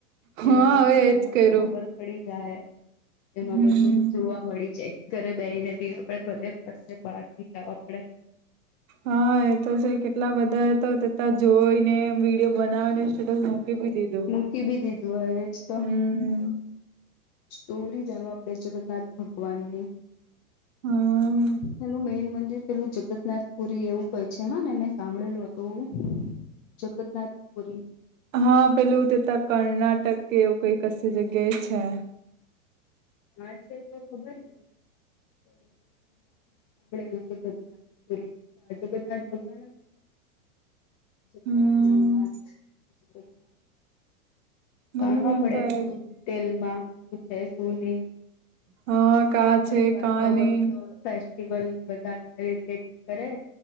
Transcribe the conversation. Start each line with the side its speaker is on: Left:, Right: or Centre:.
Right: હા
Left: એના પરથી
Right: હવે એજ
Left: એમાં
Right: કર્યું
Left: તો ખબર પડી જાય
Right: હમ.
Left: એમાં બધું જોવા મળી જાય. ઘરે બેહી ને બી આપડે ભલેસે બહાર ઈ જવા પડે.
Right: હા એ તો છે કેટલા બધા એ તો તતા જોઈને એ વિડીયો બનાવીને સ્ટેટસ મોકલી બી દીધ
Left: મૂકી બી દીધું હય એજ તો
Right: હમ
Left: સ્ટોરી જાણવા આપડે જગન્નાથ ભગવાન ની.
Right: હા.
Left: એનું મેઈન મંદિર પેલું જગન્નાથપુરી એવું કઇક છે હા ને મેં સાંભળેલું હતું જગન્નાથપુરી
Right: હા પેલું થતા કર્ણાટક કે એવું કઈ કસ્ જગ્યાએ છે.
Left: હા છે તો ખબર ને સાંભળેલું જગનાથ જગન્નાથ ભગવાન જ જગતનાનાથ
Right: હમ
Left: જગન્નાથ.
Right: મને
Left: જાણવા
Right: બી એમ
Left: પડે
Right: થાય
Left: થોડું ડિટેલ માં શું છે શું નહી.
Right: હા કા છે
Left: હજુ આટો
Right: કા નહી
Left: બટટો ફેસ્ટિવલ બધા સેલિબ્રેટ કરે